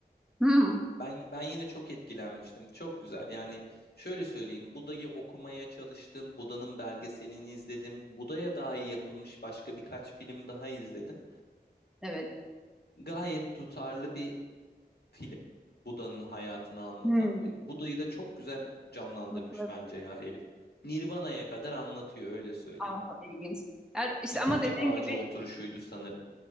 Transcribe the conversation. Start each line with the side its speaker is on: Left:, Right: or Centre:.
Centre: Hmm,
Left: Ben ben yine çok etkilenmiştim. Çok güzel. Yani şöyle söyleyeyim. Buda'yı okumaya çalıştım. Buda'nın belgeselini izledim. Buda'ya dair yapılmış başka birkaç film daha izledim.
Centre: evet.
Left: Gayet tutarlı bir film. Buda'nın hayatını anlatan
Centre: Hmm,
Left: ve Buda'yı da çok güzel canlandırmış
Centre: nasıl
Left: bence
Centre: bir şey?
Left: ya herif. Nirvana'ya kadar anlatıyor öyle söyleyeyim.
Centre: Aa, ilginç. Yani işte
Left: İkinci
Centre: ama dediğin
Left: ağaca
Centre: gibi
Left: oturuşuydu sanırım.